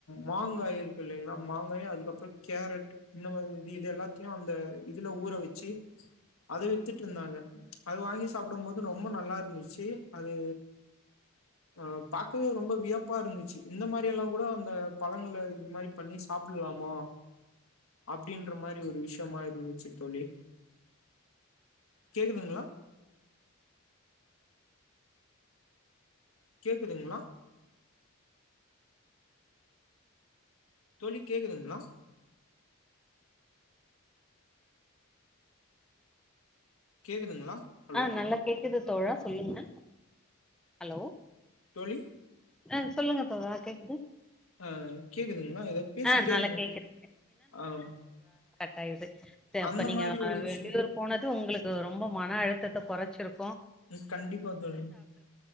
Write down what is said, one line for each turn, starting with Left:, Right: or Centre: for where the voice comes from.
Left: மாங்காய் இருக்கு இல்லைங்களா மாங்காய அதுக்கப்றோ கேரட் இந்த மா அது இது எல்லாத்தியு அந்த இதுல ஊற வச்சு அத வித்துட்ருந்தாங்க அது வாங்கி சாப்டும் போது ரொம்ப நல்லா இருந்துச்சு அது ஆஹ் பாக்கவே ரொம்ப வியப்பா இருந்துச்சு இந்த மாரி எல்லா கூட அந்த பழங்கள்ள இது மாரி பண்ணி சாப்புல்லாமா அப்டின்ற மாரி ஒரு விஷயமா இருந்துச்சு தோழி கேக்குதுங்ளா கேக்குதுங்களா தோழி கேக்குதுங்ளா கேக்குதுங்களா ஹலோ
Centre: ஆஹ் நல்லா கேக்குது தோழா சொல்லுங்க ஹலோ
Left: தோழி
Centre: ஆஹ் சொல்லுங்க தோழா கேக்குது
Left: ஆஹ் கேக்குதுங்ளா ஏதோ பேசிட்டே
Centre: ஆ நல்லா
Left: இருந்தோ
Centre: கேக்குது
Left: ஆம்
Centre: கட்டயிது தா
Left: அந்த
Centre: இப்ப நீங்க
Left: மாரி ஒரு விஷயம்.
Centre: வெளியூர் போனது உங்களுக்கு ரொம்ப மனஅழுத் விஷத்த கொறச்சிருகம்
Left: மிஸ் கண்டிப்பா தோழி